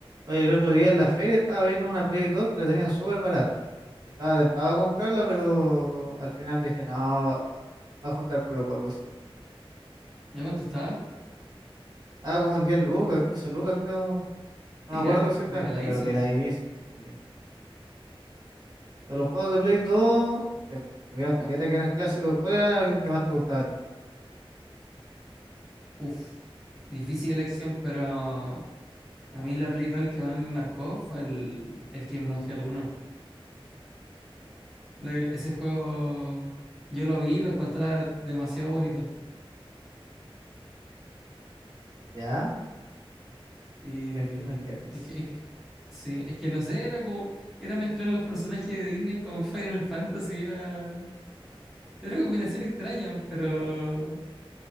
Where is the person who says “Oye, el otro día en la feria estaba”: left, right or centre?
Right